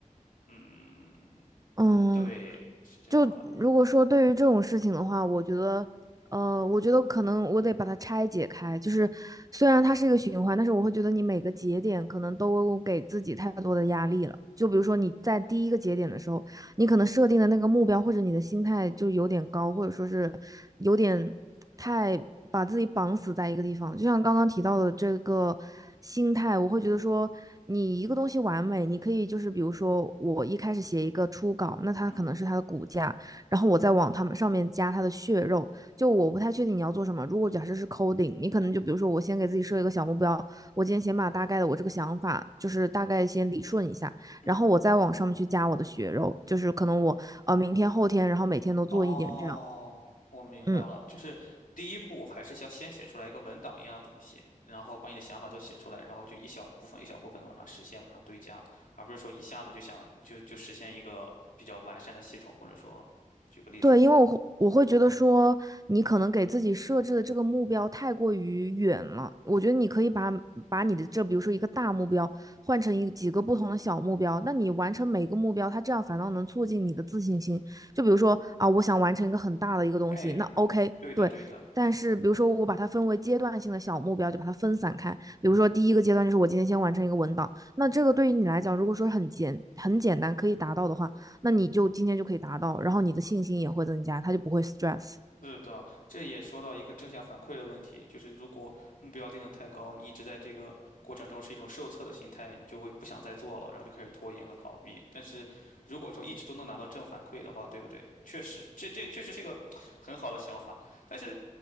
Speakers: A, on the left; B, on the right.
A: 嗯，
B: 嗯，
A: 对，是这样的，
B: 就如果说对于这种事情的话，我觉得，呃，我觉得可能我得把它拆解开。就是虽然它是一个循环，但是我会觉得你每个节点可能都给自己太多的压力了。就比如说你在第一个节点的时候，你可能设定的那个目标或者你的心态就有点高，或者说是有点太把自己绑死在一个地方。就像刚刚提到的这个心态，我会觉得说，你一个东西完美，你可以就是比如说我一开始写一个初稿，那它可能是它的骨架，
A: 嗯
B: 然后我再往它们上面加它的血肉。就我不太确定你要做什么。如果假设是 coding，你可能就比如说我先给自己设一个小目标，我今天先把大概的我这个想法就是大概先理顺一下。
A: 嗯。
B: 然后我再往上面去加我的血肉，就是可能我呃明天后天，然后每天都做一点这样。
A: 哦，我明白了，
B: 嗯，
A: 就是第一步还是要先写出来一个文档一样的东西，然后把你的想法都写出来，然后就一小部分一小部分的往上实现，往上堆加，而不是说一下子就想就就实现一个比较完善的系统，或者说，举个例子嘛。
B: 对，因为我会我会觉得说，你可能给自己设置的这个目标太过于远了。我觉得你可以把把你的这，比如说一个大目标，换成一几个不同的小目标。那你完成每个目标，它这样反倒能促进你的自信心。就比如说啊，我想完成一个很大的一个东西，
A: 哎，
B: 那 OK，
A: 对的对的。
B: 对。但是比如说我把它分为阶段性的小目标，就把它分散开。比如说第一个阶段就是我今天先完成一个文档，那这个对于你来讲，如果说很简很简单可以达到的话。那你就今天就可以达到，然后你的信心也会增加，他就不会 stress。
A: 是的，这也说到一个正向反馈的问题，就是如果目标定得太高，你一直在这个过程中是一种受测的心态，你就会不想再做了，然后就开始拖延和逃避。但是如果说一直都能拿到正反馈的话，对不对？确实，这这确实是一个很好的想法。但是，